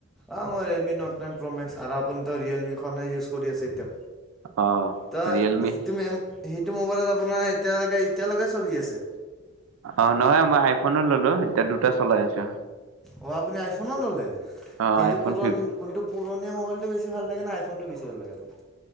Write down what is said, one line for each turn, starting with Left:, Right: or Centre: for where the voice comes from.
Centre: অ মই ৰেলডমি নট নাইন প্ৰ'মেক্স আৰু আপুনিতো ৰিয়েলমিখনে ইউজ কৰি আছে এতিয়া
Right: অ
Centre: ত
Right: ৰিয়েলমি
Centre: হিতো মেম সেইটো মোবাইলত আপোনাৰ এতিয়ালৈকে এতিয়ালৈকে চলি আছে
Right: অ নহয় মই আইফোনে ললোঁ এতিয়া দুটা চলাই আছো
Centre: অ আপুনি আইফোনো ল'লে।
Right: অ
Centre: কিন্তু
Right: আইফোন
Centre: পুৰণ
Right: ফিফ
Centre: কোনটো পুৰণিয়া মবাইলটো বেছি ভাল লাগে আইফোনটো বেছি ভাল লাগে আপোনাক।